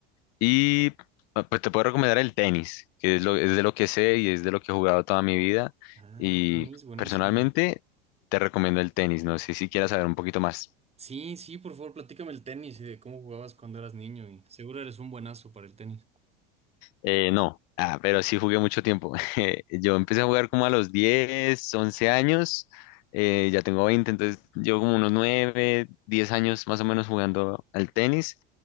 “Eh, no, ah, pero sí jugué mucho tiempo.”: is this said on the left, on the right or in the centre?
Left